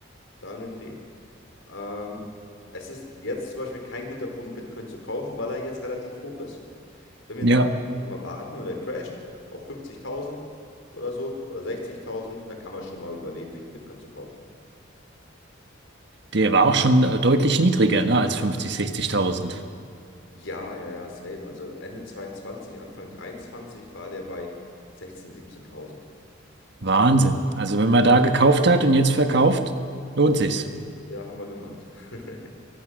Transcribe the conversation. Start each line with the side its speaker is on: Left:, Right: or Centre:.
Left: da um den Dreh. Ähm, es ist jetzt zum Beispiel kein guter Punkt, Bitcoin zu kaufen, weil er jetzt relativ hoch ist. Wenn wir
Right: ja.
Left: jetzt aber immer warten und er crasht auf 50.000 oder so oder 60.000, dann kann man schon mal überlegen, sich einen Bitcoin zu kaufen.
Right: Der war auch schon äh, deutlich niedriger, ne, als 50, 60.000.
Left: Ja, ja, ja, safe. Also Ende 22, Anfang 23 war der bei 16.000, 17.000.
Right: Wahnsinn. Also wenn man da gekauft hat und jetzt verkauft, lohnt sich's.
Left: Ja, haben wir gemacht. <laughs>